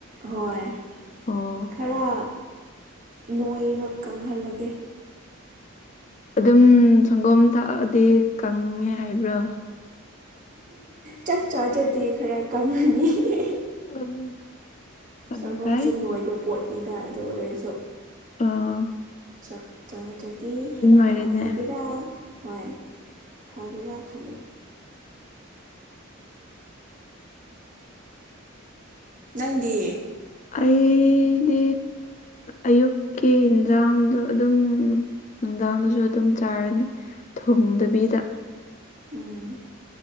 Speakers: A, on the right (about 40°); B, on the left (about 35°).
A: ꯍꯣꯏ
B: ꯑꯣ
A: ꯈꯔ ꯅꯣꯏꯕ ꯀꯪꯍꯜꯂꯒꯦ
B: ꯑꯗꯨꯝ ꯁꯪꯒꯣꯝ ꯊꯛꯑꯗꯤ ꯀꯪꯉꯦ ꯍꯥꯏꯕ꯭ꯔꯥ
A: ꯆꯥꯛ ꯆꯥꯗ꯭ꯔꯗꯤ ꯈꯔ ꯀꯪꯉꯅꯤ ꯍꯤ ꯍꯤ
B: <unintelligible> ꯐꯪꯉꯦ
A: ꯁꯪꯒꯣꯝ
B: ꯀꯥꯏ
A: ꯆꯨꯝꯅ ꯑꯣꯏꯕ ꯄꯣꯠꯅꯤꯗ ꯑꯗꯨ ꯑꯣꯏꯔꯁꯨ
B: ꯑꯥ
A: ꯆꯥꯛꯆꯥꯗ꯭ꯔꯗꯤ ꯈꯔ
B: ꯑꯣꯏꯔꯦꯅꯦ
A: ꯐꯥꯒꯦꯔꯥ ꯍꯣꯏ ꯐꯥꯒꯦꯔ ꯈꯜꯂꯤ ꯅꯪꯗꯤ
B: ꯑꯩꯗꯤ ꯑꯌꯨꯛꯀꯤ ꯌꯦꯟꯖꯥꯡꯗꯣ ꯑꯗꯨꯝ ꯅꯨꯡꯗꯥꯡꯗꯁꯨ ꯑꯗꯨꯝ ꯆꯥꯔꯅꯤ ꯊꯣ ꯡꯗꯕꯤꯗ
A: ꯎꯝ